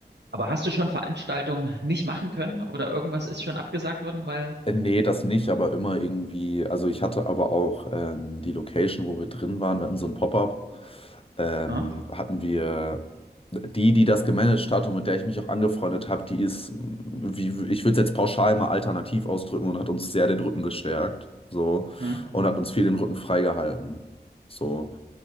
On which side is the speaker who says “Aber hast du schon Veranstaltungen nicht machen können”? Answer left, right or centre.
Right